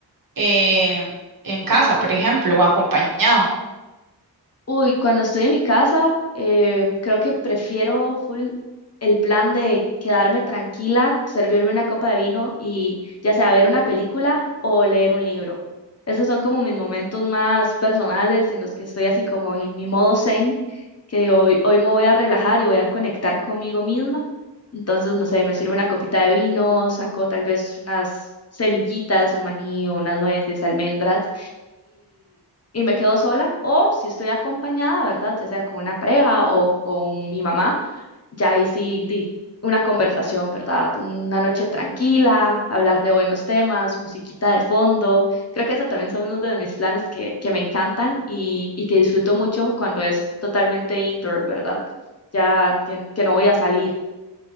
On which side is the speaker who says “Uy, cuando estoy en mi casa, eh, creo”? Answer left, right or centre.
Left